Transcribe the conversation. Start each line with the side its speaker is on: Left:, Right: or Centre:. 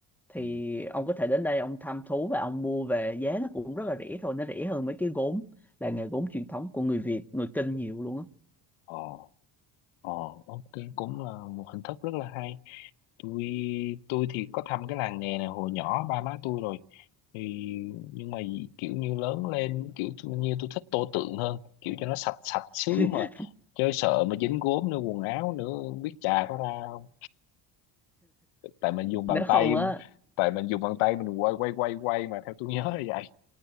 Centre: thì
Left: ừ.
Centre: ông có thể đến đây ông thăm thú và ông mua về giá nó cũng rất là rẻ thôi nó rẻ hơn mấy cái gốm làng nghề gốm truyền thống của người Việt người Kinh nhiều luôn á
Left: Ờ, ờ, ok cũng là một hình thức rất là hay. tôi tôi thì có thăm cái làng nghề này hồi nhỏ ba má tôi rồi thì nhưng mà kiểu như lớn lên kiểu tôi- như tôi thích tô tượng hơn kiểu cho nó sạch sạch xíu
Centre: <laughs>
Left: mà chơi sợ mà dính gốm nữa quần áo nữa không biết chà có ra không tại mình dùng bàn
Centre: nếu
Left: tay
Centre: không á
Left: tại mình dùng bàn tay mình quay quay quay quay mà theo tôi nhớ là vậy